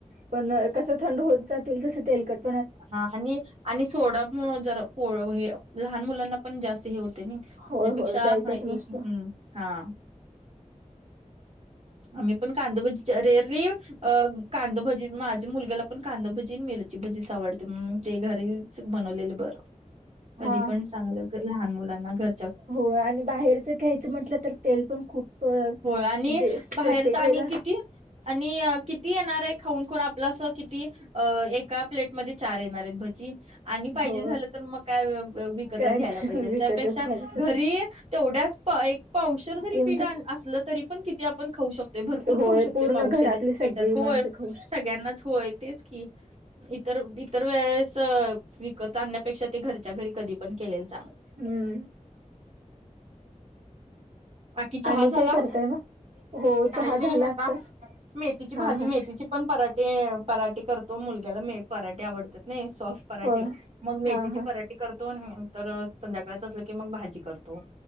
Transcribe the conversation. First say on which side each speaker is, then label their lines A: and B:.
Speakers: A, on the right; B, on the right.
A: पण अ कसं थंड होत जात तसं तेलकट
B: हा आणि आणि सोडा मो जरा पोळा हे लहान मुलांना पण जास्त हे होतेय नी.
A: होय
B: त्यापेक्षा
A: होय द्यायचाच
B: हाय
A: नसतो
B: ए हम्म हा. आम्ही पण कांदबजीचा रेअरी अ कांदाभजी माझ्या मुलग्याला पण कांदाभजी, मिरची भजी आवडते मग ते घरी च बनवलेलं बरं कधी
A: हा
B: पण चांगलं लहान मुलांना घर
A: हो आणि बाहेरचं घ्यायचं म्हटलं तर तेल पण खूप अ,
B: होय आणि
A: म्हणजे
B: बाहेर
A: प्रत्येक
B: त आणि
A: वेळेला
B: किती आणि अ किती येणार आहे खाऊन कोण आपलंस किती अ एका प्लेटमध्ये चार येणार आहेत भज्जी आणि पाहिजे
A: हो
B: झालं तर मग काय वि विकतच
A: काय
B: घ्यायला पाहिजे
A: विकतच
B: त्यापेक्षा
A: घ्यायला पाहिजे
B: घरी तेवढ्याच प एक पावशर जरी
A: किमती
B: पीठ आण असलं तरी पण किती आपण खाऊ शकतोय भरपूर
A: होय
B: खाऊ शकतोय
A: पूर्ण
B: पावशऱ्या
A: घरातली सगळी
B: पिठात होय.
A: माणसं खाऊ शकतात
B: सगळ्यांनाच होय तेच की. इतर इतर वेळेस विकत आणण्यापेक्षा ते घरच्या घरी कधी पण केलेल चांगलं.
A: हम्म.
B: बाकी चहा
A: आणि
B: झाला
A: काय करताय मग? हो
B: काही
A: चहा
B: नाही
A: झाला
B: आता
A: आत्ताच
B: मेथीची भाजी
A: हा हा..
B: मेथीची पण पराठे पराठे करतो मुलग्याला मे पराठे आवडतात ने सॉस पराठे
A: होय
B: मग मेथीची
A: हा हा
B: पराठी करतो आण तर संध्याकाळचा असलं की मग भाजी करतो.